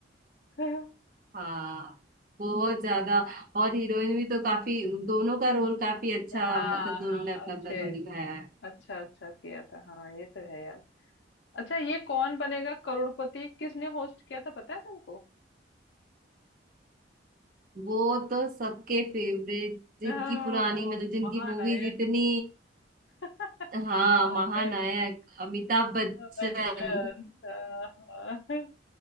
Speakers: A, on the left (about 70°); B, on the right (about 45°).
A: <laughs> हाँ
B: हाँ बहुत ज्यादा और हीरोइन भी तो काफी दोनों का रोल काफी अच्छा
A: हाँ
B: मतलब दोनों ने अपना
A: अच्छे
B: अपना रोल निभाया है
A: अच्छा अच्छा किया था हाँ ये तो है यार अच्छा ये कौन बनेगा करोड़पति किसने होस्ट किया था पता है तुमको
B: वो तो सबके फेवरेट जिनकी
A: हाँ,
B: पुरानी मतलब जिनकी
A: महानायक
B: मूवीज इतनी
A: <laughs>
B: हाँ
A: महानायक
B: महानायक अमिताभ बच्चन
A: अच्छा अच्छा <laughs> हाँ,